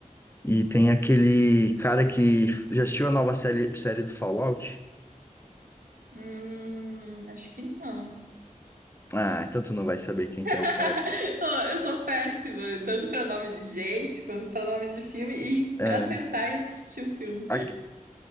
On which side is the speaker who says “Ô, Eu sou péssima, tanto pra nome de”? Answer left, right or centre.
Right